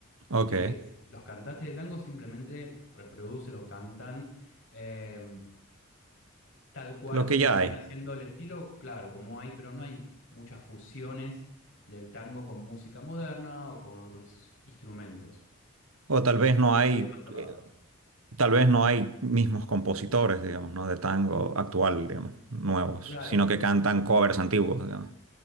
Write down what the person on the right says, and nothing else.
Ok,
lo
que ya
hay.
O tal
vez
no
hay,
eh, tal vez no hay mismos compositores, digamos, ¿no? De tango actual, digamos, nuevos,
sino que cantan covers antiguos, digamos.